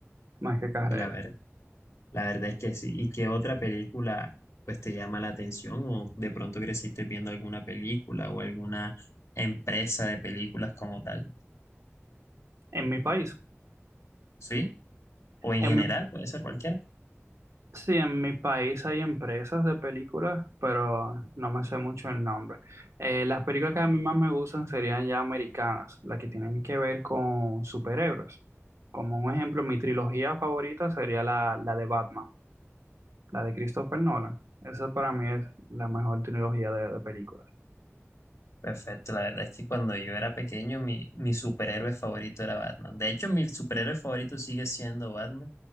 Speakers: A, on the right; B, on the left.
A: más que carrera.
B: La ver- la verdad es que sí. ¿Y qué otra película pues te llama la atención? O de pronto creciste viendo alguna película o alguna empresa de películas como tal.
A: En mi país,
B: ¿Sí? O en
A: en
B: general,
A: mi,
B: puede ser cualquiera.
A: sí, en mi país hay empresas de películas, pero no me sé mucho el nombre. Eh, las películas que a mí más me gustan serían ya americanas, las que tienen que ver con superhéroes. Como un ejemplo, mi trilogía favorita sería la, la de Batman. la de Christopher Nolan. Esa para mí es la mejor trilogía de, de películas.
B: Perfecto, la verdad es que cuando yo era pequeño mi, mi superhéroe favorito era Batman. De hecho, mi superhéroe favorito sigue siendo Batman.